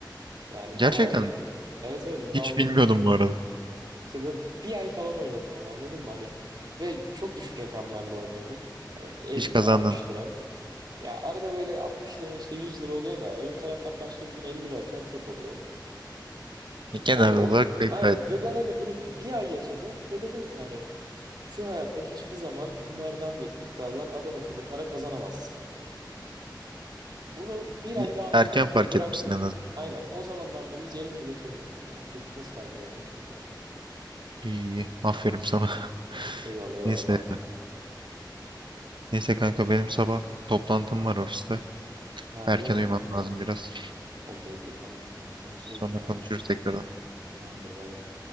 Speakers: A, on the right; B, on the right.
A: Yani
B: Gerçekten
A: ama hani evet evet iddia
B: hiç
A: oynadım.
B: bilmiyordum bu arada.
A: İşte böyle bir ay falan oynadım ama anladın mı? Hani ve çok düşük rakamlarla oynuyordum. Hani 50
B: Hiç kazandın.
A: lira, 60 lira. Ya arada böyle 60 liranın işte 100 lira oluyor da öbür taraftan başka bir gün 50 lira atıyorsun çöp oluyor.
B: Genel
A: Onda o
B: olarak
A: o-
B: kayıptaydın.
A: aynen ve ben hani bunu bir ay yaşadım ve dedim ki hani şu hayatta hiçbir zaman kumardan ve iddiadan adam akıllı para kazanamazsın. Bunu bir ayda
B: İyi,
A: anladım
B: Erken fark
A: ve bıraktım.
B: etmişsin en azından.
A: Aynen o zamandan beri hiç elim bile sürmedim yani. Bu çocuk nasıl fark edememiş bilmiyorum.
B: İyi iyi. Aferin sana. <laughs>
A: Eyvallah eyvallah
B: Neyse.
A: sağ ol.
B: Neyse kanka benim sabah toplantım var ofiste.
A: Ha
B: Erken
A: öyle mi?
B: uyumam lazım biraz.
A: Okey okey tamamdır. Sen işine
B: Sonra
A: gücüne
B: konuşuruz
A: bak.
B: tekrar.
A: Tamamdır bay bay.